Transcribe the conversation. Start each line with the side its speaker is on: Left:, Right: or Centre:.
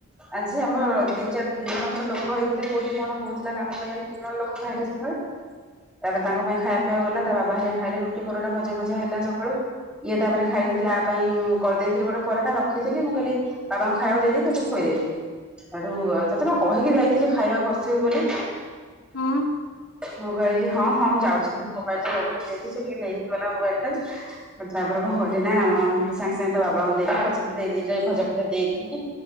Centre: ଆଜି ଆମର
Left: ହୁଁ
Centre: ତିନି ଚାର ତିନି ଜଣ ଘର ଲୋକ ହେଇଥିଲେ କୋଉଠି କଣ ହଉଥିଲା କାମ କେଆଣି ତିନି ଜଣ ଲୋକ ଖାଇଲେ ସକାଳେ। ତାପରେ ତାଙ୍କ ପାଇଁ ଖାଇବା ପିଇବା ଗଲା ତା ବାବା ହାରିକା ଖାଇଲେ ରୁଟି ପରଟା ଭଜା ଭୁଜି ହେଲା ସକାଳୁ। ଇଏ ତାପରେ
Left: ହୁଁ
Centre: ଖାଇ ନଥିଲା ଆ ପାଇଁ କରିଦେଇଥିଲି ଗୋଟେ ପରେ ଟା ରଖିଥିଲି ମୁଁ କହିଲି ବାବାଙ୍କୁ ଖାଇବାକୁ ଦେଇଦେଇକି ଏଇଠି ଖୋଇଦେବି। ହେଠୁ ତୋତେ ପା କହିକି ଯାଇଥିଲି ଖାଇବା କରିଥିବୁ ବୋଲି।
Left: ହୁଁ
Centre: ମୁଁ କହିଲି ହଁ ହଁ ମୁଁ ଯାଉଛି ସେଠି ମୋବାଇଲଟା ଦେଇଦେ ସେ ଟିକେ ନେଇକି ଗଲା ମୋବାଇଲବଟା। ତାପରେ କଣ କଲି ନା ସେଠୁ ସାଙ୍ଗେ ସାଙ୍ଗେ ତା ବାବାଙ୍କୁ ଦେଇକି ପଛେରେ ଦେଇ ଦେଇକିରି ଭଜା ଫଜା ଦେଇ ଦେଇଚି।